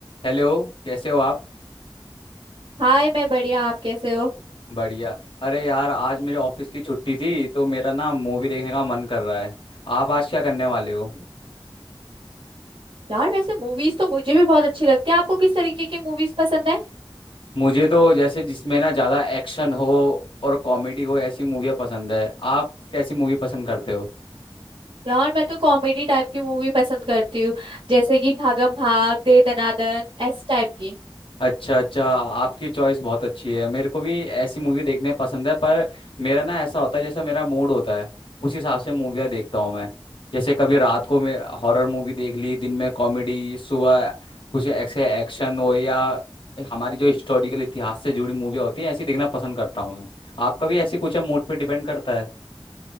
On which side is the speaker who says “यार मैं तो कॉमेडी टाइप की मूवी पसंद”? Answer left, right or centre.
Right